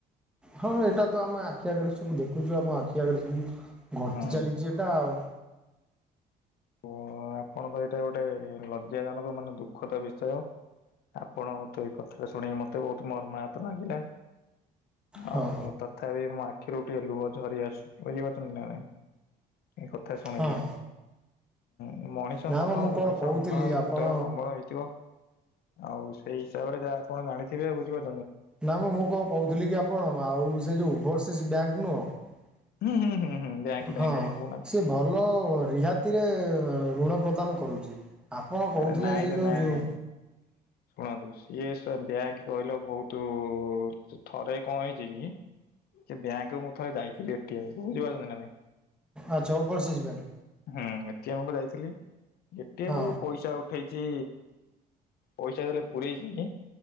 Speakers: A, in the centre; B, on the left (about 65°).
A: ହଁ ଏଇଟା ତ ଆମେ ଆଖି ଆଗରେ ସବୁ ଦେଖୁଛୁ। ଯଉ ଆମ ଆଖି ଆଗରେ ସବୁ ଘଟି
B: ହଁ
A: ଚାଲିଛି ଏଟା ଆଉ।
B: ଓ ଆପଣ ତ ଏଇଟା ଗୋଟେ ଲଜ୍ଜାଜନକ ମାନେ ଦୁଃଖଦ ବିଷୟ। ଆପଣ ତୁ ଏଇ କଥାଟା ଶୁଣିକି ମତେ ବହୁତ ମର୍ମାହତ ଲାଗିଲା।
A: ହଁ
B: ଆଉ ତଥାପି ମୋ ଆଖିରୁ ଟିକେ ଲୁହ ଝରି ଆସୁଛି ବୁଝିପାରୁଛନ୍ତି ନା ନାଇଁ। ଏ କଥା ଶୁଣିକି।
A: ହଁ
B: ହୁଁ ମଣିଷ
A: ନା
B: ମନ
A: ମ ମୁଁ କଣ
B: ମଣିଷ
A: କହୁଥିଲି
B: ମନ ହୃଦୟ
A: ଆପଣ
B: କବଳ ହେଇଥିବ। ଆଉ ସେଇ ହିସାବରେ ଯାହା ଆପଣ ଜାଣିଥିବେ ବୁଝିପାରୁ
A: ନା ମୁ ମୁଁ କଣ କହୁଥିଲି କି ଆପଣ ଆଉ ସେ ଯୋଉ ଓଭରସିଜ ବ୍ୟାଙ୍କ ନୁହଁ।
B: ହୁଁ ହୁଁ ହୁଁ ହୁଁ ବ୍ୟାଙ୍କ ବ୍ୟାଙ୍କ
A: ହଁ
B: କଥା କହୁନାହାନ୍ତି
A: ସେ ଭଲ ରିହାତିରେ ଋଣ ପ୍ରଦାନ କରୁଛି ଆପଣ କହୁଥିଲେ
B: ଆରେ ନାଇଁ
A: ସେ
B: ରେ
A: ଯୋଉ
B: ନାଇଁ ନାଇଁ। ଶୁଣନ୍ତୁ ସିଏ ସ ବ୍ୟାଙ୍କ କହିଲ ବହୁତ ଥରେ କଣ ହେଇଛି କି ସେ ବ୍ୟାଙ୍କ ମୁଁ ଥରେ ଯାଇଥିଲି ଏଟାଇମ୍ ବୁଝି ପାରୁଛନ୍ତି ନା ନାଇଁ।
A: ଆଚ୍ଛା ଓଭରସିଜ ବ୍ୟାଙ୍କ।
B: ହୁଁ ଏଟି ଏମକୁ ଯାଇଥିଲି ଏଟିଏମ
A: ହଁ
B: ପଇସା ଉଠେଇଛି ପଇସା ଦେଲେ ପୁରେଇଚି